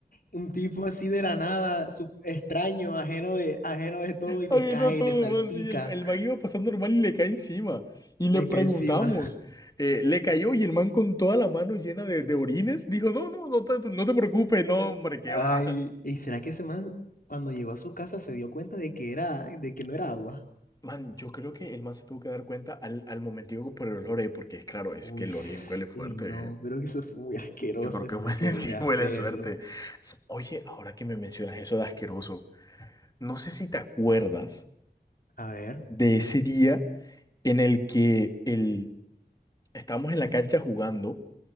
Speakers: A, on the left; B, on the left.
A: un tipo así de la nada, sup- extraño, ajeno de, ajeno de todo, y
B: Ay,
A: le cae,
B: no todo,
A: le salpica.
B: man. Sí, el, el man iba pasando normal y le cae encima. Y le
A: Le
B: preguntamos.
A: cae encima.
B: eh, le cayó y el man con toda la mano llena de, de orines dijo: No, no, no te, no te preocupes, no, hombre, que
A: Ay,
B: va.
A: ¿y será que ese man cuando llegó a su casa se dio cuenta de que era, de que no era agua?
B: Man, yo creo que el man se tuvo que dar cuenta al, al momentico por el olor, ¿eh? Porque claro, es
A: Uy,
B: que el
A: s-
B: Orien huele fuerte,
A: uy, no,
B: ¿eh?
A: creo que eso fue muy asqueroso,
B: Yo creo que
A: eso
B: huele,
A: no hay que volver
B: <laughs> sí,
A: a
B: huele
A: hacerlo.
B: suerte. S- Oye, ahora que me mencionas eso de asqueroso, no sé si te acuerdas
A: A ver,
B: de ese día en el que el, estábamos en la cancha jugando